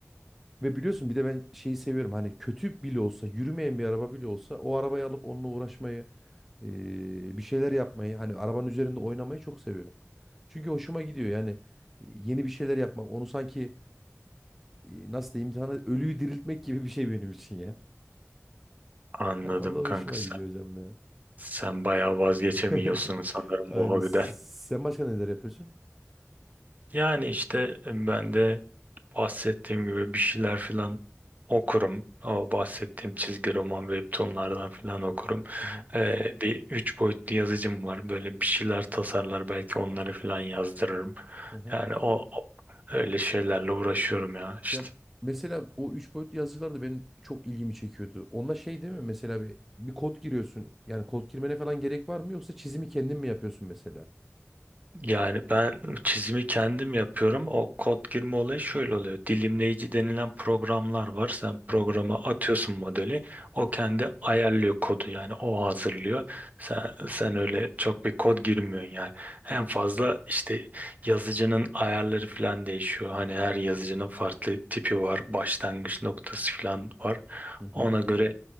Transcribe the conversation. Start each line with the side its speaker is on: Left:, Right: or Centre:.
Centre: Ve biliyorsun bir de ben şeyi seviyorum hani kötü bile olsa, yürümeyen bir araba bile olsa o arabayı alıp onunla uğraşmayı, e, bir şeyler yapmayı, hani arabanın üzerinde oynamayı çok seviyorum. Çünkü hoşuma gidiyor yani e, yeni bir şeyler yapmak, onu sanki e, nasıl diyeyim sana ölüyü diriltmek gibi bir şey benim için ya.
Right: Anladım
Centre: Yani o da hoşuma
Right: kanka sen,
Centre: gidiyor hocam ya.
Right: sen bayağı vazgeçemiyorsun
Centre: <laughs>
Right: sanırım
Centre: Aynen.
Right: bu hobiden.
Centre: Sen başka neler yapıyorsun?
Right: Yani işte ben de bahsettiğim gibi bir şeyler filan okurum. O bahsettiğim çizgi roman, webtoonlardan filan okurum.
Centre: Hı hı.
Right: Ee, bir üç boyutlu yazıcım var. Böyle bir şeyler tasarlar belki onları filan yazdırırım.
Centre: Hı hı.
Right: Yani o o- öyle şeylerle uğraşıyorum ya. İşte
Centre: Ya mesela o üç boyutlu yazıcılar da benim çok ilgimi çekiyordu. Onda şey değil mi? Mesela bir, bir kod giriyorsun. Yani kod girmene falan gerek var mı? Yoksa çizimi kendin mi yapıyorsun mesela?
Right: Yani ben çizimi kendim yapıyorum. O kod girme olayı şöyle oluyor. Dilimleyici denilen programlar var. Sen
Centre: Hı
Right: programa
Centre: hı.
Right: atıyorsun modeli. O kendi ayarlıyor kodu yani o hazırlıyor. Sen, sen öyle çok bir kod girmiyorsun yani. En fazla işte yazıcının ayarları falan değişiyor. Hani her yazıcının farklı tipi var. Başlangıç noktası falan var.
Centre: Hı hı.
Right: Ona göre